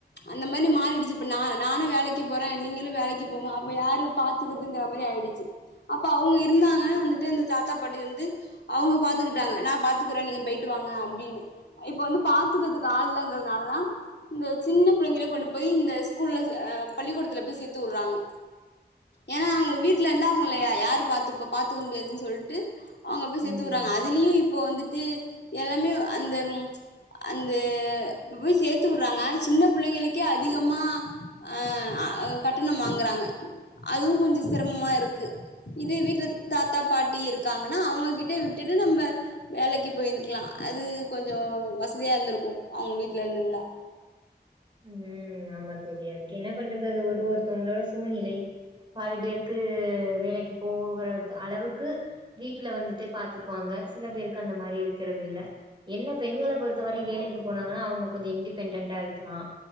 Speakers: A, on the left; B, on the right.
A: அந்த மாதிரி மாறிடுச்சு நானும் வேலைக்கு போறேன் நீங்களும் வேலைக்கு போங்க அப்ப யாரு பாத்துக்கிறதுங்ற மாதிரி ஆய்டுச்சு அப்போ அவங் இருந்தாங்க வந்துட்டு இந் தாத்தா பாட்டி இருந்து அவங்க பாத்துக்கிட்டாங்க நான் பாத்துக்கிறேன் நீங் போயிட்டு வாங்க அப்படின்னு இப்ப வந்து பாத்துக்கிறதுக்கு ஆள் இல்லங்கிறதுனால தான் இந்த சின்ன பிள்ளைங்கள கொண்டு போய் இந்த ஸ்கூல்ல ஆ பள்ளிக்கூடத்ல போய் சேத்து வுட்றாங்க ஏன்னா அவங்க வீட்ல இருந்த அவங்க ளைய யாரு பாத்து முடியாதுன்னு சொல்லிட்டு அவங்க போய்
B: ம்.
A: சேத்து விட்றாங்க அதுலியு இப் இப்போ வந்துட்டு எல்லாமே அந்த அந்த இப்ப போய் சேத்து விட்றாங்க சின்ன பிள்ளைங்களுக்கே அதிகமா அ கட்டணம் வாங்குறாங்க அதுவும் கொஞ்சம் சிரமமா இருக்கு இதே வீட்டுல தாத்தா பாட்டி இருக்காங்கன்னா அவங்ககிட்டே விட்டுட்டு நம்ம வேலைக்கு போயிருந்தருக்கலா அது கொஞ்சம் வசதியா இருந்திருக்கும் அவங்க வீட்ல இருந்திருந்த
B: ம் ஆமா தோழி அதுக்கு என்ன பண்றது அது ஒரு ஒருத்தவங்களோட சூழ்நிலை பல பேருக்கு வேலைக்கு போகற அளவுக்கு வீட்டுல வந்துட்டே பாத்துக்குவாங்க சில பேருக்கு அந்த மாரி இருக்குறது இல்ல என்ன பெண்கள பொறுத்தவரை
A: ஆமா
B: வேலைக்கு போனாங்கன்னா அவங்க கொஞ்ச இண்டி பெண்டென்ட்ட இருக்கலா